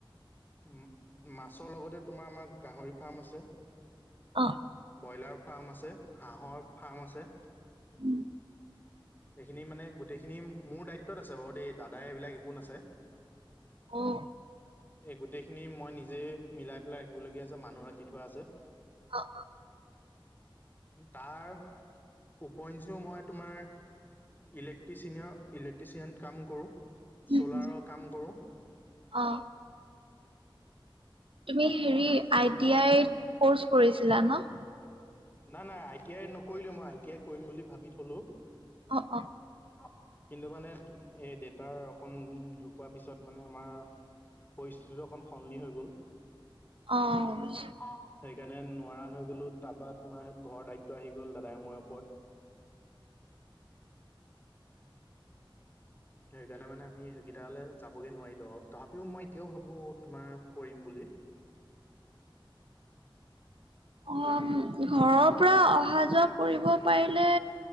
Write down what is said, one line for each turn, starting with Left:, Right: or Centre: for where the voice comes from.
Left: ম-মাছৰ লগতে তোমাৰ আমাৰ গাহৰি ফাৰ্ম আছে,
Right: অ',
Left: ব্ৰইলাৰ ফাৰ্ম আছে, হাঁহৰ ফাৰ্ম আছে।
Right: উম,
Left: সেইখিনি মানে গোটেইখিনি মোৰ দায়িত্বত আছে বাৰু দেই। দাদাই এইবিলাক এক কোন আছে?
Right: অ'।
Left: এই গোটেইখিনি মই নিজেই মিলাই পেলাই ৰাখিবলগীয়া আছে, মানুহ ৰাখি থোৱা আছে।
Right: অ', অ',
Left: তাৰ উপইঞ্চে মই তোমাৰ ইলেক্ট্ৰিচিনিয়ৰ-ইলেক্ট্ৰিচিয়ান কাম কৰো,
Right: উম,
Left: চলাৰৰ
Right: উম,
Left: কাম কৰো।
Right: অ', তুমি হেৰি আই
Left: তুম
Right: টি আইত ক'ৰ্চ কৰিছিলা ন?
Left: নাই-নাই আই টি আই নকৰিলো। মই আই টি আই কৰিম বুলি ভাৱি থ'লো।
Right: অ', অ',
Left: অ', অ', কিন্তু মানে এই দেতাৰ অকণ ঢুকোৱা পিছত মানে আমাৰ পৰিস্থিতিটো অকণ সলনি হৈ গ'ল।
Right: অ',
Left: অ, সেইকাণে নোৱাৰা হৈ গ'লো তাপা তোমাৰ ঘৰৰ দায়িত্ব আহি গ'ল দাদাই মোৰে ওপত। সেইকাৰণে মানে আমি সেইগিটালে যাবগে নোৱাৰিলো আৰু তাপিও মই এতিয়াও ভাবো তোমাৰ কৰিম বুলি।
Right: অ, ঘৰৰ পৰা অহা যোৱা কৰিব পাৰিলে